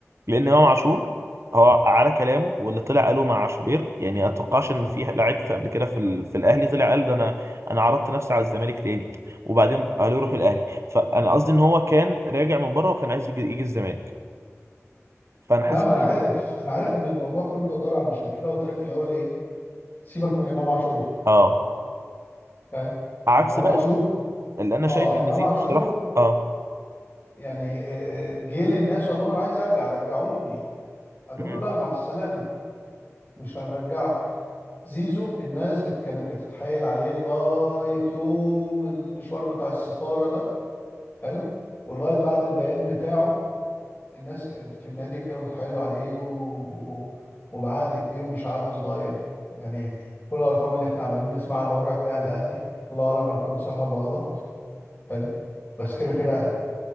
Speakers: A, on the right; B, on the left.
A: لان امام عاشور هو على كلامه واللي طلع قاله مع شوبير يعني ما اتوقعش ان في لعيب في قبل كده في, ال... في الاهلي طلع قال ده انا انا عرضت نفسي على الزمالك تاني وبعدين قالوا يروح الاهلي فانا قصدي ان هو كان راجع من بره وكان عايز يجي, يجي الزمالك فانا حاسس
B: لا ما انا عارف انا عارف ان الموضوع كله اداره عشان كده قلت لك في الاول ايه سيبك من امام عاشور
A: اه
B: فاهم
A: عكس
B: امام
A: بقى
B: عاشور
A: زيزو اللي انا
B: اه
A: شايف ان
B: امام
A: زيزو
B: عاشور
A: بصراحه اه
B: يعني آه، آه، جه للناس وقال لهم انا عايز ارجع رجعوني قالوا
A: امم
B: له لا مع السلامه مش هنرجعك زيزو الناس بت- كانت بتتحايل عليه لغايه يوم المشوار بتاع السفاره ده حلو ولغايه بعد البيان بتاعه الناس في النادي كانوا بيتحايلوا عليه و... و... وبعقد كبير مش عقد صغير يعني كل الارقام اللي احنا عمالين نسمعها اللي هو رايح بيها الاهلي الله اعلم الارقام دي صح ولا غلط حلو بس كده كده